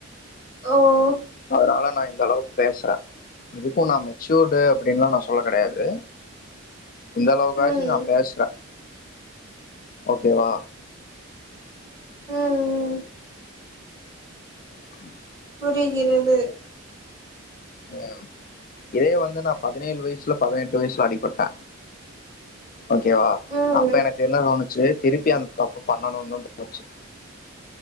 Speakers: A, on the right; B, on the left.
A: ஓ ஓ
B: அதுனால நா இந்த அளவுக்கு பேசுறே இப்போ நா மெச்சூர்டு அப்டின்லா நா சொல்ல கெடையாது இந்த அளவுக்காச்சி
A: ம்
B: நா பேசுறே ஓகேவா
A: ம் ம்
B: அம்
A: புரிகிறது
B: ம் இதே வந்து நா பதினேழு வயசுல பதினெட்டு வயசுல அடிப்பட்டே
A: <inaudible>
B: ஓகேவா
A: ம்
B: அப்ப எனக்கு என்ன தோணுச்சு திருப்பி அந்த தப்பு பண்ணணுந்தா தோணுச்சு